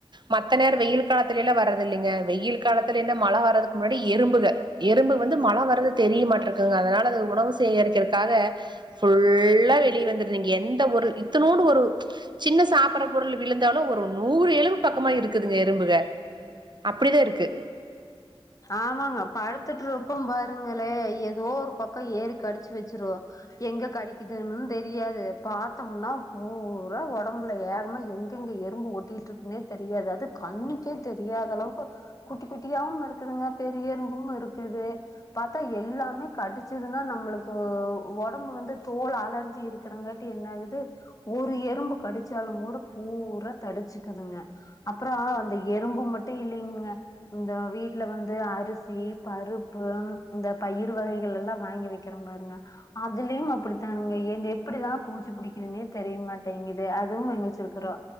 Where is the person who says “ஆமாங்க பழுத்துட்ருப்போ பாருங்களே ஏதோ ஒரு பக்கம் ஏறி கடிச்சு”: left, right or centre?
Left